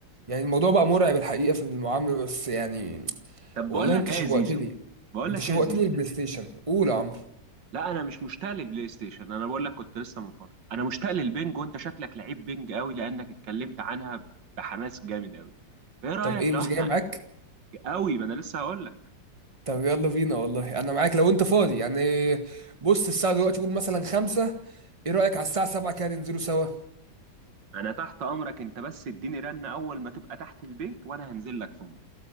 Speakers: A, on the right; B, on the right.
A: يعني الموضوع بقى مرعب الحقيقة في المعاملة بس يعني
B: طب
A: والله
B: بقول لك
A: انت
B: ايه
A: شوقتني
B: يا زيزو بقول
A: انت
B: لك
A: شوقتني
B: ايه يا زيزو
A: البلاي ستيشن قول يا عمرو
B: لا انا مش مشتاق للبلاي ستيشن انا بقول لك كنت لسه من فترة انا مشتاق للبنج وانت شكلك لعيب بنج قوي لانك اتكلمت عنها بحماس جامد قوي فايه رأيك
A: طب ايه
B: لو
A: مش
B: احنا
A: جاي معاك
B: قوي ما انا لسه هقول
A: طب يلا بينا والله انا معاك لو انت فاضي يعني بص الساعة دلوقتي قول مثلا خمسة ايه رأيك على الساعة سبعة كده ننزلوا سوا
B: انا تحت امرك انت بس اديني رنة اول ما تبقى تحت البيت وانا هنزل لك فور